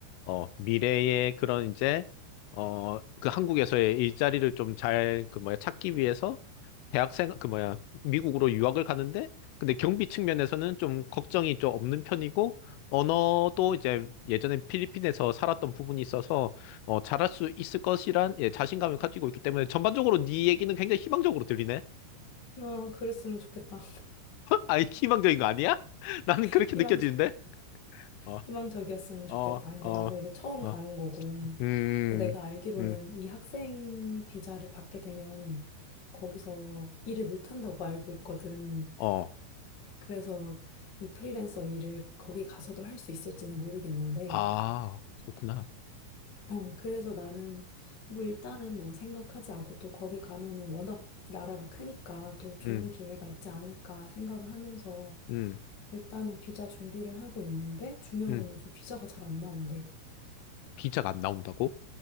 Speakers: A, on the left; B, on the left.
A: 어, 미래의 그런 이제, 어, 그 한국에서의 일자리를 좀 잘, 그 뭐야, 찾기 위해서 대학생, 그 뭐야, 미국으로 유학을 가는데, 근데 경비 측면에서는 좀 걱정이 좀 없는 편이고, 언어도 이제 예전에 필리핀에서 살았던 부분이 있어서, 어, 잘할 수 있을 것이란, 예, 자신감을 가지고 있기 때문에 전반적으로 네 얘기는 굉장히 희망적으로 들리네.
B: 아, 그랬으면 좋겠다.
A: 아니, 희망적인 거 아니야? <laughs> 나는
B: <laughs>
A: 그렇게
B: 이왕
A: 느껴지는데? 어,
B: 희망적이었으면 좋겠다.
A: 어,
B: 근데
A: 어,
B: 나도 이제 처음
A: 어,
B: 가는 거고.
A: 음,
B: 근데 내가 알기로는
A: 음,
B: 이 학생 비자를 받게 되면 거기서 일을 못 한다고 알고 있거든.
A: 음. 어.
B: 그래서 이 프리랜서 일을 거기 가서도 할 수 있을지는 모르겠는데.
A: 아, 그렇구나.
B: 어, 그래서 나는 뭐 일단은 뭐 생각하지 않고 또 거기 가면은 워낙 나라가 크니까 또 좋은
A: 음,
B: 기회가 있지 않을까 생각을 하면서
A: 음,
B: 일단은 비자 준비를 하고 있는데 중요한
A: 음.
B: 건 요즘 비자가 잘 안 나온대.
A: 비자가 안 나온다고?